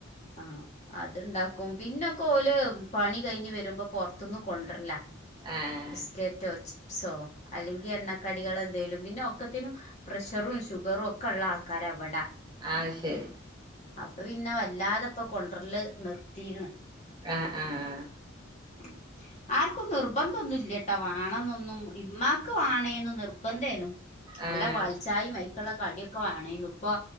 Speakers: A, on the left (about 35°); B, on the right (about 20°).
A: ആഹ് അത്ണ്ടാക്കും പിന്നൊക്കെ ഓല് പണി കഴിഞ്ഞ് വരുമ്പോ പുൊറത്തൊന്നും കൊണ്ടര്ല്ല
B: ആഹ്
A: ബിസ്ക്കെറ്റൊ ച് പ്സോ അല്ലെങ്കിൽ എണ്ണക്കടികളെന്തേലും പിന്നെ ഒക്കത്തിന് പ്രഷറും ഷുഗറും ഒ ക്കള്ള ആൾക്കരാവടെ
B: ആഹ് ശരി
A: അപ്പൊ പിന്നെ വല്ലാതെപ്പൊ കൊണ്ടറല് നിർത്തിക്ണ്
B: ആഹ് ആഹ്
A: ഉം ആർക്കും നിർബന്ധംന്നുംല്ലേട്ടാ വേണെന്നൊന്നും ഉമമാക്ക് വണേന്ന് നിർബന്ധേനു
B: ആഹ്
A: അല്ല പാൽച്ചായിം മൈക്ള്ള കാടിയൊ ക്ക വേണെന്നു ഇപ്പൊ